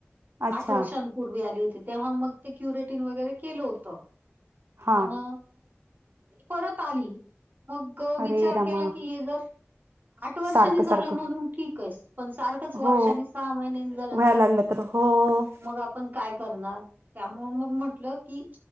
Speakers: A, on the right; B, on the right.
A: अच्छा
B: आठ वर्षांपूर्वी आली होती, तेव्हा मग ते क्युरेटीन वगैरे केलं होत,
A: हां
B: पण- परत आली, मग विचार
A: अरे रामा
B: केला की, हे जर- आठ वर्षांनी
A: सारखं
B: झालं
A: सारखं
B: म्हणून ठीक आहे, पण सारखंच वर्षांनी,
A: हो
B: सहा महिन्यांनी झालं-
A: व्हायला लागलं तर. हो.
B: मग आपण काय करणार, त्यामुळे मग म्हटलं की-